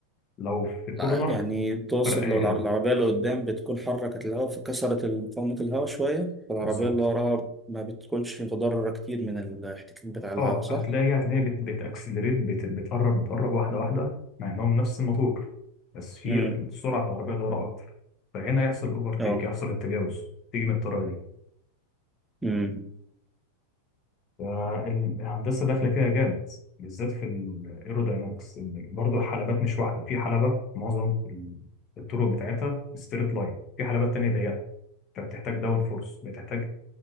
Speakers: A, on the left; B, in the centre.
A: لو في كورنر
B: ع- يعني تقصد
A: فرق هيقل
B: لو العر- العربية اللي قدام بتكون حركت الهواء فكسرت مقاومة الهواء شوية فالعربية
A: بالظبط
B: اللي وراها ما بتكونش متضررة كتير من الاحتكاك بتاع الهواء
A: اه
B: صح؟
A: فهتلاقي هتلاقي بت بتأكسلريت بت بتقرب بتقرب واحدة واحدة مع انهم نفس الموتور بس في
B: امم
A: السرعة في العربية اللي ورا أكتر فهنا يحصل أوفرتيك
B: اه
A: يحصل التجاوز تيجي من الطريقة دي
B: امم
A: فالهندسة داخلة فيها جامد بالذات في الايروداينامكس برضه الحلبات مش واحدة في حلبة معظم ال- الطرق بتاعتها ستريت لاين في حلبات تانية ضيقة فبتحتاج داون فورس بتحتاج